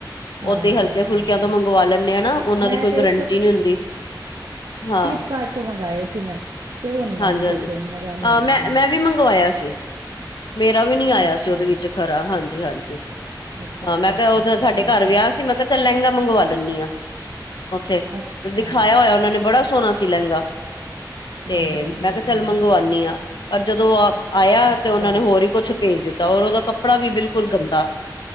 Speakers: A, on the right; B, on the left.
A: ਹਾਂ,
B: ਉਦੇ ਹਲਕੇ ਫੁਲਕਿਆਂ ਤੋਂ ਮੰਗਵਾ ਲੈਂਦੇ ਆ ਹਨਾ ਉਹਨਾਂ
A: ਮੈਂ
B: ਦੀ ਕੋਈ
A: ਤੇ
B: ਗਰੰਟੀ ਨਹੀਂ ਹੁੰਦੀ। ਹਾਂ
A: ਕਲਿਪ ਕਾਰਡ ਤੋਂ ਮੰਗਾਏ ਸੀ ਮੈਂ। ਤੇ ਉਹ ਨੀ ਮੈਨੂੰ
B: ਹਾਂਜੀ
A: ਜਚੇ,
B: ਹਾਂਜੀ
A: ਮਜ਼ਾ ਨਹੀਂ ਆਇਆ
B: ਮੈਂ
A: ਮੈਨੂੰ।
B: ਮੈਂ ਵੀ ਮੰਗਵਾਇਆ ਸੀ। ਮੇਰਾ ਵੀ ਨਹੀਂ ਆਇਆ
A: ਅੱਛਾ
B: ਸੀ ਉਹਦੇ
A: ਜੀ।
B: ਵਿੱਚ। ਹਰਾ ਹਾਂਜੀ ਹਾਂਜੀ
A: ਅੱਛਾ, ਅੱਛਾ,
B: ਮੈਂ ਕਿਹਾ
A: ਅੱਛਾ,
B: ਉਦੋਂ
A: ਅੱਛਾ
B: ਸਾਡੇ
A: ਠੀਕ
B: ਘਰ ਵਿਆਹ
A: ਐ।
B: ਸੀ ਮੈਂ। ਕ ਚਲ ਲਹਿੰਗਾ ਮੰਗਵਾ ਲੈਂਦੀ ਹਾਂ ਉੱਥੇ
A: ਅੱਛਾ।
B: ਦਿਖਾਇਆ ਹੋਇਆ ਉਹਨਾਂ ਨੇ ਬੜਾ। ਸੋਹਣਾ ਸੀ ਲਹਿੰਗਾ
A: ਹਾਂ,
B: ਤੇ
A: ਹਾਂ,
B: ਮੈਂ
A: ਹਾਂ,
B: ਕਿਹਾ ਚੱਲ
A: ਹਾਂ,
B: ਮੰਗਵਾਉਦੀ ਹਾਂ ਪਰ ਜਦੋਂ ਆਪ। ਆਇਆ
A: ਅੱਛਾ।
B: ਤੇ ਉਹਨਾ ਨੇ ਹੋਰ ਹੀ ਕੁਛ ਭੇਜ ਦਿੱਤਾ ਔਰ ਉਹਦਾ ਕੱਪੜਾ ਵੀ ਬਿਲਕੁਲ
A: ਅ
B: ਗੰਦਾ।